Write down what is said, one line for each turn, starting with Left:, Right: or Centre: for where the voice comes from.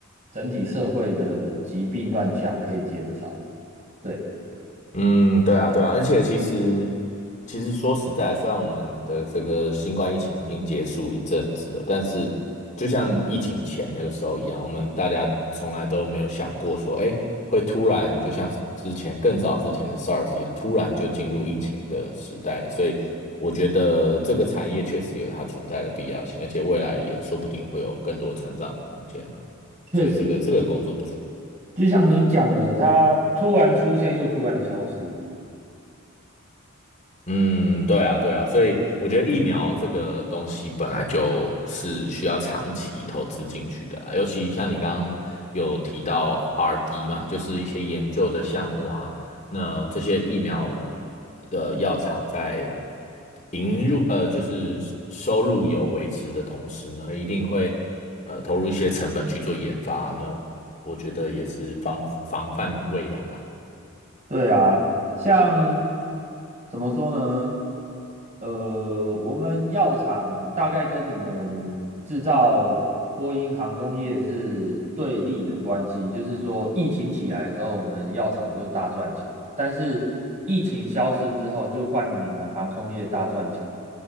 Right: 整体社会的疾病乱象可以减少。对，
Left: 嗯，对啊，对啊，而且其实，其实说实在，虽然我们的这个新冠疫情已经结束一阵子了，但是就像疫情前那个时候一样，我们大家从来都没有想过说，哎，会突然就像之前更早之前的 SARS 一样，突然就进入疫情的时代了。所以我觉得这个产业确实有它存在的必要性，而且未来也说不定会有更多成长的空间呢、
Right: 确实
Left: 所以这个这个工作不错。
Right: 就像你讲的，它突然出现又突然消失。
Left: 嗯，对啊，对啊，所以我觉得疫苗这个东西本来就是需要长期投资进去的啦，尤其像你刚刚有提到 RD 嘛，就是一些研究的项目啊，那这些疫苗的药厂在引入呃就是收入有维持的同时呢，一定会呃投入一些成本去做研发，那我觉得也是防防范未然啦。
Right: 对啊，像怎么说呢？呃，我们药厂大概跟你们制造波音航空业是对立的关系，就是说疫情起来的时候，我们药厂就大赚钱，但是疫情消失之后，就换你们航空业大赚钱。